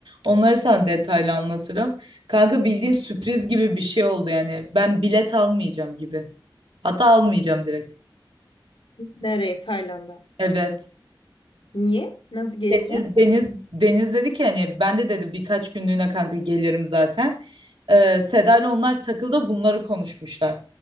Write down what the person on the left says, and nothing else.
Nereye? Tayland'a.
Niye? Nasıl geleceğim?